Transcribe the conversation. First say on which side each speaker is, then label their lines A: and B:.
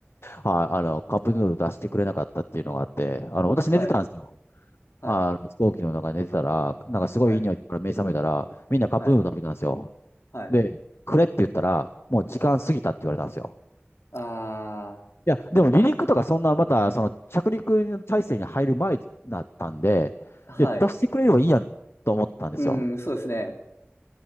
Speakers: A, on the left; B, on the left.
A: あの、カップヌードル出してくれなかったっていうのがあって、あの、私寝てたんですよ。
B: はい、はい、
A: あの、飛行機の中で寝てたら、なんかすごいいい匂いから目覚めたら、
B: はい、
A: みんなカップヌードル食べてたんですよ。
B: はい、はい。
A: で、くれって言ったら、もう時間過ぎたって言われたんですよ。
B: あ
A: いや、でも離陸とかそんな、また、その着陸の体制に入る前だったんで、
B: ー、はい。
A: いや、出してくれればいいやんと思ったんですよ。
B: うーん、そうですね。